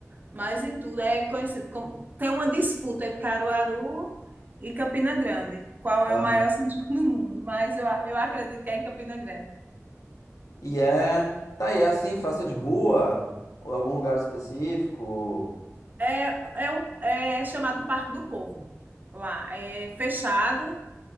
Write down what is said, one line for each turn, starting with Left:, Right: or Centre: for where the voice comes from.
Right: mas em tudo é conhecido como tem uma disputa entre Caruaru e Campina Grande. Qual
Left: Tá.
Right: é o maior São João do mundo? Mas eu, a- eu acredito que é em Campina Grande.
Left: E é, tá, e é assim, festa de rua ou algum lugar específico?
Right: É, é, um, é chamado Parque do Povo lá. É fechado